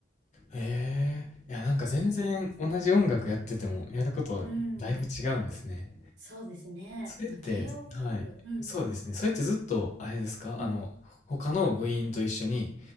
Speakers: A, on the left; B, on the right.
A: へえ。いや、なんか全然同じ音楽やってても、
B: うん、
A: やることはだいぶ違うんですね。
B: うん、そうですね。
A: それって、
B: まあ、軽音楽部。
A: ずはい。
B: うんうん、
A: そうですね。それってずっと、あれですかあの、
B: うん、
A: 他の部員と一緒に、